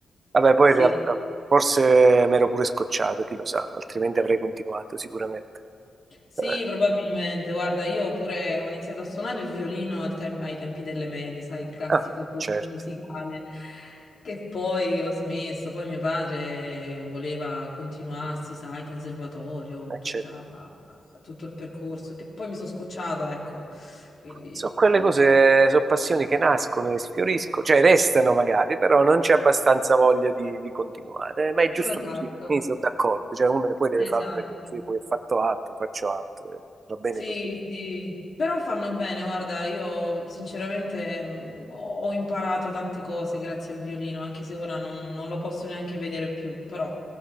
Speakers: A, on the right; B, on the left.
A: Vabbè, poi
B: sì.
A: in realtà forse mi ero pure scocciato, chi lo sa, altrimenti avrei continuato sicuramente.
B: Sì,
A: Eh,
B: probabilmente. Guarda, io pure ho iniziato a suonare il violino al tem- ai tempi delle medie, sai, il classico
A: Ah,
B: corso
A: certo,
B: musicale, che poi ho smesso. Poi mio padre voleva continuarsi, sai, conservatorio,
A: eh,
B: tutta-
A: certo.
B: tutto il percorso, che poi mi sono scocciata, ecco. Quindi,
A: Sono quelle
B: sì.
A: cose, sono passioni che nascono e sfioriscono, cioè restano magari, però non c'è abbastanza voglia di, di continuare. Ma è giusto
B: No, esatto,
A: così, mi sono d'accordo. Cioè uno poi deve
B: esatto.
A: fare altre cose, poi ho fatto altro, faccio altro, e va bene
B: Sì,
A: così.
B: sì, però fanno bene, guarda, io sinceramente mh, ho ho imparato tante cose grazie al violino, anche se ora non, non lo posso neanche vedere più, però